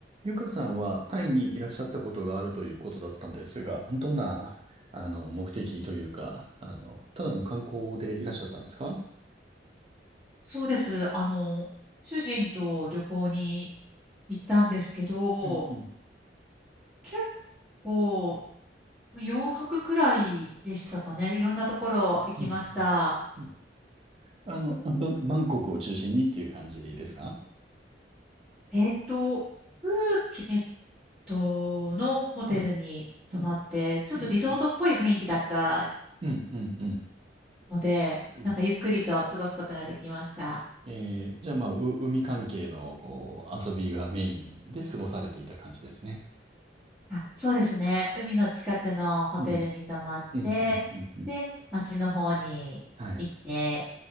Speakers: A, on the right (about 35°); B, in the centre.
A: ゆかさんはタイにいらっしゃったことがあるということだったんですが、どんな、あの、目的というか、あの、ただの観光でいらっしゃったんですか
B: そうです。あの、主人と旅行に行ったんですけど、
A: うんうん
B: 結構4泊くくらいでしたかね。いろんなところ行きました。
A: うんうんうんあの、バン、バンコクを中心にっていう感じですか
B: えっと、プーケットのホテルに泊まって、
A: はい。うん、
B: ちょっとリゾートっぽい雰囲気だった
A: うん、うん、うん、うん。
B: ので、
A: うん
B: なんかゆっくりと過ごすことができました。
A: えー、じゃあ、まあ、う、海関係の、こう、遊びがメインで過ごされていた感じですね。
B: あ、そうですね。海の近くのホテルに泊まって、
A: うん、うん、うん、うん、うん。
B: で、街の方に行って、
A: はい。